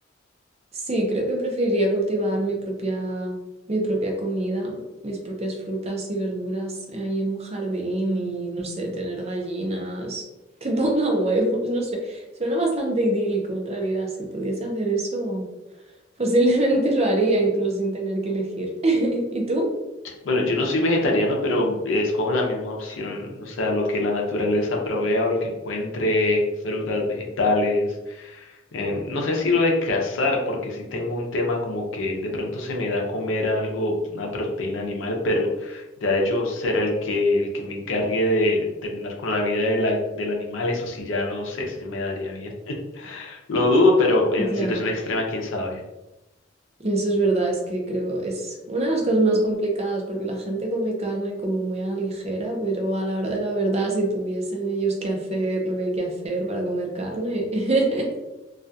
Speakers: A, on the right; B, on the left.
A: Sí, creo que preferiría cultivar mi propia, mi propia comida, mis propias frutas y verduras eh, ahí en un jardín y, no sé, tener gallinas que pongan <laughs> huevos, no sé. Suena bastante idílico en realidad. Si pudiese hacer eso, posiblemente lo haría incluso sin tener que elegir. <laughs> ¿Y tú?
B: bueno, yo no soy vegetariano, pero escojo la misma opción, o sea, lo que la naturaleza provea o lo que encuentre, frutas, vegetales. Eh, no sé si lo de cazar, porque sí tengo un tema como que de pronto se me da comer algo, una proteína animal, pero ya de yo ser el que, el que me encargue de terminar con la vida de la, del animal, eso sí ya no sé si me daría bien. Lo dudo, pero en
A: Ya.
B: situación extrema, quién sabe.
A: Eso es verdad, es que creo es una de las cosas más complicadas porque la gente come carne como muy a la ligera, pero a la hora de la verdad, si tuviesen ellos que hacer lo que hay que hacer para comer carne. <laughs>